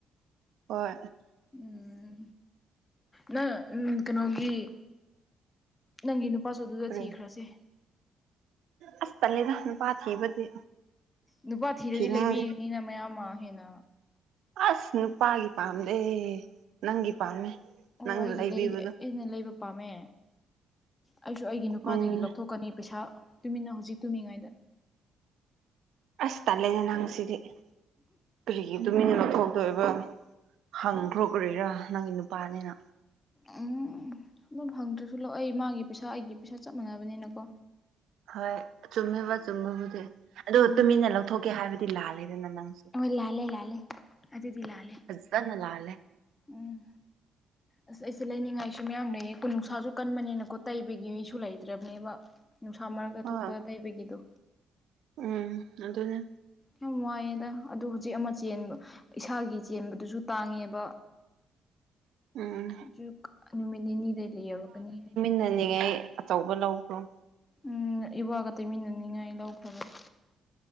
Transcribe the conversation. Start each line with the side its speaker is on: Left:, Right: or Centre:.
Right: ꯍꯣꯏ
Left: ꯎꯝ ꯅ ꯎꯝ ꯀꯩꯅꯣꯒꯤ ꯅꯪꯒꯤ ꯅꯨꯄꯥꯁꯨ ꯑꯗꯨꯗ
Right: ꯀꯔꯤ
Left: ꯊꯤꯈ꯭ꯔꯁꯦ
Right: ꯑꯁ ꯇꯟꯂꯦꯗꯥ ꯅꯨꯄꯥ ꯊꯤꯕꯗꯤ
Left: ꯅꯨꯄꯥ ꯊꯤꯔꯗꯤ
Right: ꯊꯤꯅꯤꯡꯗꯦ
Left: ꯂꯩꯕꯤꯔꯥꯅꯤꯅ ꯃꯌꯥꯝ ꯃꯥꯡ ꯍꯦꯟꯅ
Right: ꯑꯁ ꯅꯨꯄꯥꯒꯤ ꯄꯥꯝꯗꯦ ꯅꯪꯒꯤ ꯄꯥꯝꯃꯦ
Left: ꯑꯣ
Right: ꯅꯪꯅ
Left: ꯑꯩꯒꯤ
Right: ꯂꯩꯕꯤꯕꯗꯣ
Left: ꯂꯩ ꯑꯩꯅ ꯂꯩꯕ ꯄꯥꯝꯃꯦ ꯑꯩꯁꯨ ꯑꯩꯒꯤ ꯅꯨꯄꯥꯗꯒꯤ
Right: ꯎꯝ
Left: ꯂꯧꯊꯣꯛ ꯀꯅꯤ ꯄꯩꯁꯥ ꯇꯨꯃꯤꯟꯅ ꯍꯧꯖꯤꯛ ꯇꯨꯝꯃꯤꯉꯩꯗ
Right: ꯑꯁ ꯇꯥꯜꯂꯦꯗ ꯅꯪ ꯁꯤꯗꯤ ꯀꯔꯤꯒꯤ ꯇꯨꯃꯤꯟꯅ ꯂꯧꯊꯣꯛꯇꯣꯏꯕ ꯍꯪꯒ꯭ꯔꯣ ꯀꯔꯤꯔ ꯅꯪꯒꯤ ꯅꯨꯄꯥꯅꯤꯅ
Left: ꯎꯝ ꯑꯗꯨꯝ ꯍꯪꯗ꯭ꯔꯁꯨ ꯂꯧꯏ ꯃꯥꯒꯤ ꯄꯩꯁꯥ ꯑꯩꯒꯤ ꯄꯩꯁꯥ ꯆꯞ ꯃꯥꯟꯅꯕꯅꯤꯅꯀꯣ
Right: ꯍꯣꯏ ꯆꯨꯝꯃꯦꯕ ꯆꯨꯝꯕꯕꯨꯗꯤ ꯑꯗꯣ
Left: ꯎꯝ
Right: ꯇꯨꯃꯤꯟꯅ ꯂꯧꯊꯣꯛꯀꯦ ꯍꯥꯏꯕꯗꯤ ꯂꯥꯜꯂꯦꯗꯅ ꯅꯪꯁꯨ
Left: ꯍꯣꯏ ꯂꯥꯜꯂꯦ ꯂꯥꯜꯂꯦ ꯑꯗꯨꯗꯤ ꯂꯥꯜꯂꯦ
Right: ꯐꯖꯅꯥ ꯂꯥꯥꯜꯂꯦ <inaudible>
Left: ꯎꯝ ꯑꯁ ꯑꯩꯁꯦ ꯂꯩꯅꯤꯡꯉꯥꯏꯁꯨ ꯃꯌꯥꯝ ꯂꯩꯌꯦꯀꯣ ꯅꯨꯡꯁꯥꯁꯨ ꯀꯟꯕꯅꯤꯅꯀꯣ ꯇꯩꯕꯒꯤ ꯃꯍꯤꯁꯨ ꯂꯩꯇ꯭ꯔꯕꯅꯦꯕ ꯅꯨꯡꯁꯥ ꯃꯔꯛꯇ
Right: ꯍꯣꯏ
Left: ꯊꯣꯛꯄꯗ ꯇꯩꯕꯒꯤꯗꯣ
Right: ꯎꯝ ꯑꯗꯨꯅꯥ
Left: ꯌꯥꯝ ꯋꯥꯏꯌꯦꯗ ꯑꯗꯨ ꯍꯧꯖꯤꯛ ꯑꯃ ꯆꯦꯟꯕ ꯏꯁꯥꯒꯤ ꯆꯦꯟꯕꯗꯨꯁꯨ ꯇꯥꯡꯉꯦꯕ
Right: ꯎꯝ
Left: ꯖꯨꯛ ꯅꯨꯃꯤꯠ ꯅꯤꯅꯤꯗ ꯂꯩ ꯌꯧꯔꯛꯀꯅꯤ
Right: <unintelligible> ꯇꯧꯕ ꯂꯧꯕ꯭ꯔꯣ
Left: ꯎꯝ ꯏꯋꯥꯒ ꯇꯩꯃꯤꯟꯅꯅꯤꯡꯉꯥꯏ ꯂꯧꯈ꯭ꯔꯕꯅꯦ